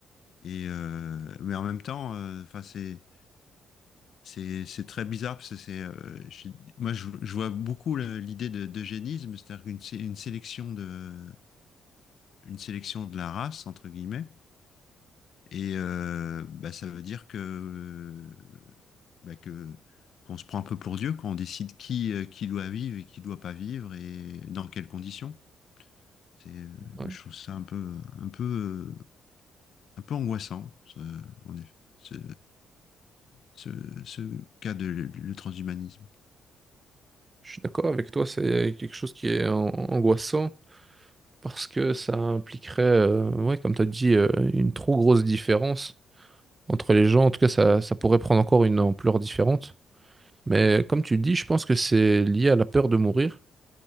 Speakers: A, on the left; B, on the right.
A: Et euh, mais en même temps, enfin euh, enfin, c'est c'est c'est très bizarre parce que c'est euh, je, moi je, je, vois beaucoup le- l'idée de d'eugénisme, c'est-à-dire une, sé- une sélection de une sélection de la race entre guillemets. Et euh, bah, ça veut dire que euh, bah, que qu'on se prend un peu pour Dieu quand on décide qui euh, qui doit vivre et qui doit pas vivre et dans quelles conditions. C'est euh,
B: Ouais.
A: je trouve ça un peu un peu euh, un peu angoissant, ce, en effet, ce, ce, ce cas de le, le transhumanisme.
B: Je suis d'accord avec toi, c'est quelque chose qui est an- angoissant parce que ça impliquerait, euh, ouais, comme tu as dit, euh, une trop grosse différence entre les gens. En tout cas, ça, ça pourrait prendre encore une ampleur différente. Mais comme tu dis, je pense que c'est lié à la peur de mourir.